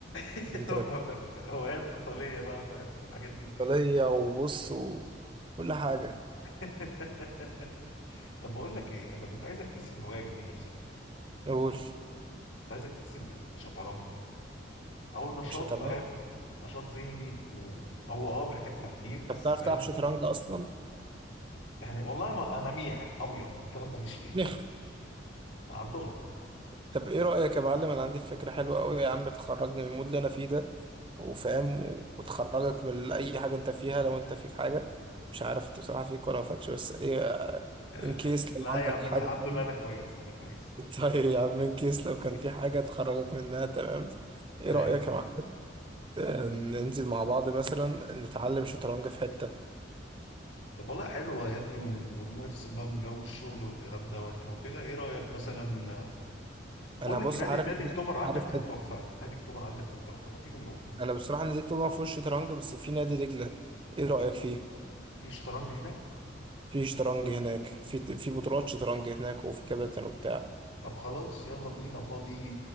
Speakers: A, on the left; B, on the right.
A: <laughs>
B: بنت لذينه
A: هوايات قتالية بقى فاهم الحاجات دي
B: بلية وبص وكل حاجة
A: <laughs> طب بقول لك ايه انا كنت عايز اكتسب هواية جديدة بصراحة
B: قول
A: كنت عايز اكتسب الشطرنج او نشاط
B: شطرنج
A: فاهم نشاط ذهني و- هو اه محتاج تفكير بس
B: طب بتعرف
A: فاهم
B: تلعب شطرنج أصلا؟
A: يعني والله ما انا ميح ابيض فاهم ماليش فيه
B: نخ
A: على الدغري
B: طب إيه رأيك يا معلم أنا عندي فكرة حلوة أوي يا عم تخرجني من المود اللي أنا فيه ده وفاهم وتخرجك من أي حاجة أنت فيها لو أنت فيك حاجة مش عارف أنت بصراحة فيك ولا ما فيكش بس إيه
A: آه،
B: إن كيس
A: آه، لا
B: لو عندك
A: يا عم
B: حاجة
A: انا الحمد لله انا
B: <laughs>
A: كويس انا كويس
B: طيب يا عم إن كيس لو كان
A: <laughs>
B: في حاجة تخرجك منها تمام إيه
A: ايوه
B: رأيك يا معلم آه، ننزل مع بعض مثلا نتعلم شطرنج في حتة
A: طب والله حلوه يا ابني ونفس بقى من جو الشغل والكلام دوت لو كده ايه رايك مثلا آه، بقول
B: انا بص
A: لك إيه، نادي
B: عارف
A: نادي
B: نادي
A: اكتوبر عندك
B: عارف
A: كان
B: نادي
A: تحفه نادي اكتوبر عندك كان تحفه ما تيجي نروح
B: انا بصراحه نادي اكتوبر ما فيهوش شطرنج بس في نادي دجله ايه رايك فيه
A: في شطرنج هناك
B: في شطرنج هناك في في بطولات شطرنج هناك وفي كباتن وبتاع
A: طب خلاص يلا بينا فاضي